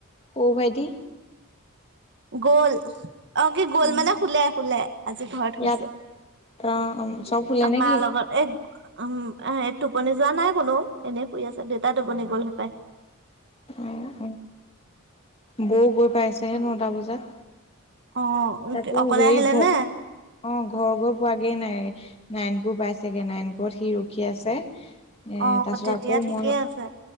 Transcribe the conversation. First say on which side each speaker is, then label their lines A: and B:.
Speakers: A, on the left (about 30°); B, on the right (about 55°).
A: সৰু ভাইটি।
B: গ'ল অ কি গ'ল
A: উম
B: মানে শুলে শুলে। আজি ঘৰত শুইছে
A: ইয়াত অ চব শুলে নেকি
B: মাৰ লগত এ উম। আহ টোপনি যোৱা নাই কোনো এনেই শুই আছে দেউতা টোপনি গ'ল সপায়।
A: অ অ বৌ গৈ পাইছেহে ন। টা বজাত।
B: অ',
A: তাকো
B: অকলে
A: হেৰি
B: আহিলে
A: ঘ অ
B: নে?
A: ঘৰ গৈ পোৱাগে নাই। নায়নপুৰ পাইছেগৈ নায়নপুৰত সি ৰখী আছে। এ
B: অ',
A: তাৰ পিছত
B: তেতিয়া
A: আকৌ
B: ঠিকেই
A: মই
B: আছে